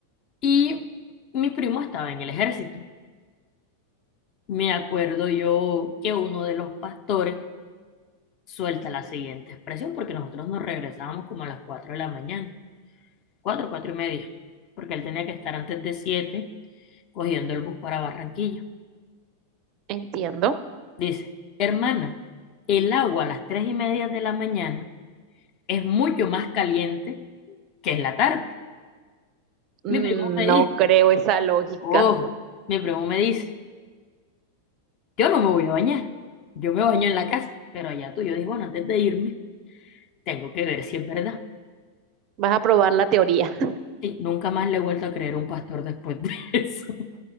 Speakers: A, on the left (about 40°); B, on the right (about 35°).
A: y mi primo estaba en el ejército. Me acuerdo yo que uno de los pastores suelta la siguiente expresión porque nosotros nos regresábamos como a las 4 de la mañana, 4 4 y media, porque él tenía que estar antes de 7 cogiendo el bus para Barranquilla.
B: entiendo.
A: Dice, hermana, el agua a las 3 y media de la mañana es mucho más caliente que en la tarde.
B: Mm,
A: Mi primo me
B: No
A: dice,
B: creo esa lógica.
A: oh, mi primo me dice, yo no me voy a bañar, yo me baño en la casa, pero allá tú, yo dije, bueno, antes de irme, tengo que ver si es verdad.
B: Vas a probar la teoría.
A: Sí, nunca más le he vuelto a creer a un pastor después de <laughs> eso.